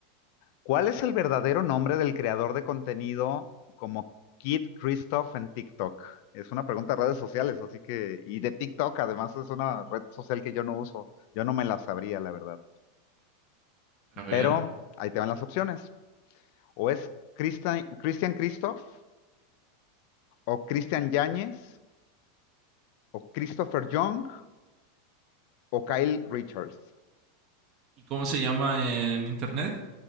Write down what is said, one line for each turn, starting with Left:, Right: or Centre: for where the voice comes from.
Left: ¿Cuál es el verdadero nombre del creador de contenido como Kid Christoph en TikTok? Es una pregunta de redes sociales, así que, y de TikTok, además es una red social que yo no uso, yo no me la sabría, la verdad.
Right: a ver.
Left: Pero ahí te van las opciones. O es Christian, Christian Christoph, o Christian Yáñez, o Christopher Young, o Kyle Richards.
Right: ¿Y cómo se llama en internet?